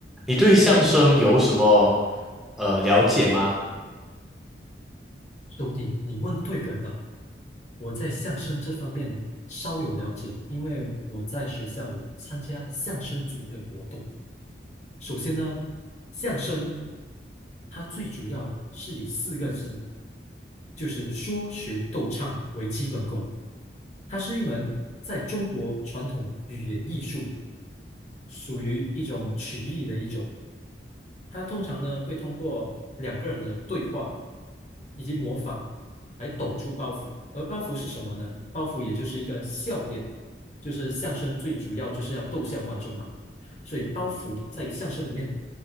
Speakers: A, in the centre; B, on the left (about 40°).
A: 你对相声有什么呃了解吗？
B: 兄弟，你问对人了。我在相声这方面稍有了解，因为我在学校有参加相声组的活动。首先呢，相声它最主要是以四个字，就是说学逗唱为基本功。它是一门在中国传统语言艺术属于一种曲艺的一种。它通常呢会通过两个人的对话以及模仿来抖出包袱。而包袱是什么呢？包袱也就是一个笑点，就是相声最主要就是要逗笑观众嘛。所以包袱在相声里面